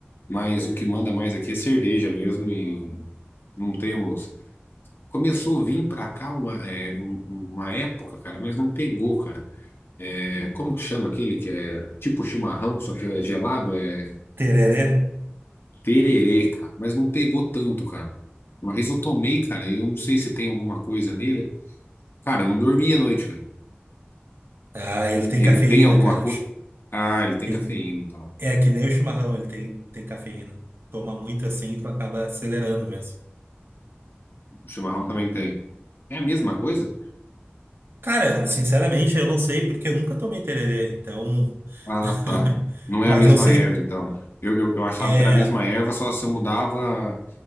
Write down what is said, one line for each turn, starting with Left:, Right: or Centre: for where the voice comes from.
Left: mas o que manda mais aqui é cerveja mesmo e não temos. Começou a vir pra cá uma, é, um- uma época, cara, mas não pegou, cara. É, como que chama aquele que é tipo chimarrão, só que é gelado? É
Right: Tererê.
Left: tererê, cara, mas não pegou tanto, cara. Uma vez eu tomei, cara, e eu não sei se tem alguma coisa nele. Cara, eu não dormi à noite, velho.
Right: Ah, ele tem
Left: Ele
Right: cafeína,
Left: tem alguma
Right: cara.
Left: coisa. Ah, ele tem
Right: Tem,
Left: cafeína, então.
Right: é que nem o chimarrão, ele tem, tem cafeína. Toma muito assim, tu acaba acelerando mesmo.
Left: O chimarrão também tem. É a mesma coisa?
Right: Cara, sinceramente, eu não sei porque eu nunca tomei tererê, então.
Left: Ah,
Right: <laughs>
Left: tá. Não
Right: Mas
Left: é a mesma
Right: eu sei,
Left: erva, então. Eu, eu, eu achava
Right: é.
Left: que era a mesma erva, só você mudava.